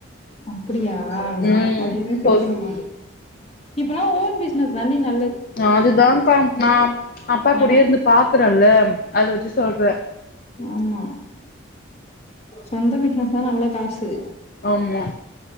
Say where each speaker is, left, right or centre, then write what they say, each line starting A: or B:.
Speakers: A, on the left; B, on the left.
A: அப்பிடியா
B: ம்
A: அதையுமே
B: போ
A: பிரிக்கணுமா இப்பல்லா ஓன் பி சினஸ்தாண்டி ந
B: அதுதாங்க்கா நா அப்பா
A: நெல
B: கூடயே இருந்து பாக்குறேல்ல அது வெச்சு சொல்றே
A: ஆமா சொந்த வீட்ல இருக்றது அவ்ளோ கா சு
B: ஆமா